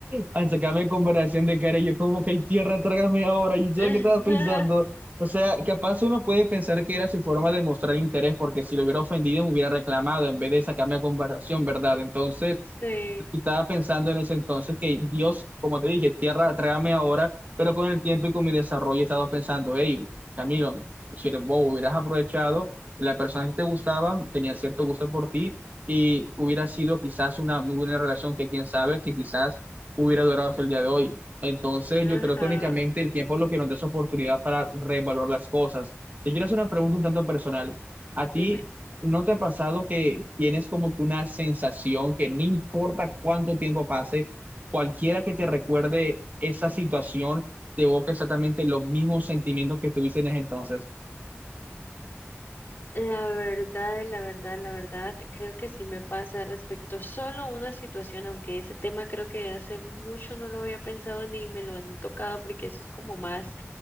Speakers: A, on the right; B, on the left.
A: al sacarme conversación de cara, y yo como que hay tierra, trágame ahora, y yo
B: <laughs>
A: qué estaba pensando. O sea, capaz uno puede pensar que era su forma de mostrar interés, porque si lo hubiera ofendido me hubiera reclamado en vez de sacarme a conversación, ¿verdad? Entonces,
B: Sí,
A: yo Estaba pensando en ese entonces que Dios, como te dije, tierra, trágame ahora, pero con el tiempo y con mi desarrollo he estado pensando, hey, Camilo, si eres bobo, hubieras aprovechado, la persona que te gustaba tenía cierto gusto por ti y hubiera sido quizás una muy buena relación que quién sabe que quizás hubiera durado hasta el día de hoy. Entonces
B: ajá,
A: yo creo que únicamente el tiempo es lo que nos da esa oportunidad para revalorar las cosas. Te quiero hacer una pregunta un tanto personal. ¿A ti
B: dime.
A: ¿No te ha pasado que tienes como que una sensación que no importa cuánto tiempo pase, cualquiera que te recuerde esa situación te evoca exactamente los mismos sentimientos que tuviste en ese entonces?
B: La verdad, la verdad, la verdad, creo que sí me pasa respecto a solo una situación, aunque ese tema creo que hace mucho no lo había pensado ni me lo han tocado porque eso es como más